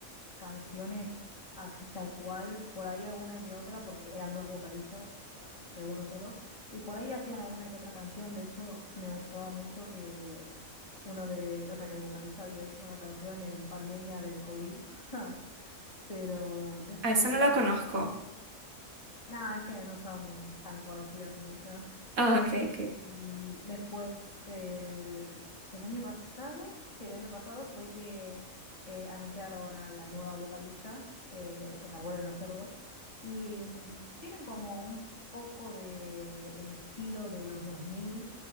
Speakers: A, on the left; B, on the right.
A: canciones así tal cual por ahí alguna que otra porque eran dos vocalistas eh, que uno solo y por ahí hacían alguna que otra canción de hecho me gustaba mucho que uno de o sea que el vocalista había hecho una canción en pandemia del COVID <laughs> pero después
B: Ah, esa no la conozco.
A: no, es que no son tan conocidas esas ya.
B: Ah, ok,
A: Y
B: ok.
A: mm, después, el, el año pasado, sí, el año pasado fue que eh, anunciaron a la nueva vocalista, eh, o sea, vuelven a ser dos, y mm, tienen como un poco de el estilo de los dos mil